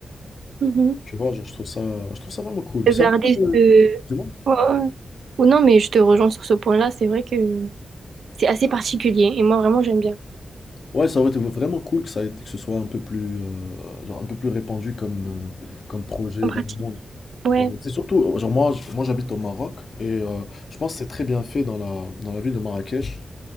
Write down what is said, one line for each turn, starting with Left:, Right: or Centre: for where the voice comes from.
Right: Mhm.
Left: Tu vois, genre, je trouve ça, je trouve ça vraiment cool.
Right: De
Left: C'est
Right: garder
Left: un peu, euh,
Right: ce...
Left: dis-moi.
Right: Ouais, ouais. Ou non, mais je te rejoins sur ce point-là. C'est vrai que c'est assez particulier. Et moi, vraiment, j'aime bien.
Left: Ouais, ça aurait été vraiment cool que ça ait- que ce soit un peu plus, euh, genre un peu plus répandu comme, euh, comme projet
Right: En pratique.
Left: dans le monde.
Right: Ouais.
Left: Ouais, mais C'est surtout, euh, genre moi, j- moi j'habite au Maroc et euh, je pense que c'est très bien fait dans la, dans la ville de Marrakech.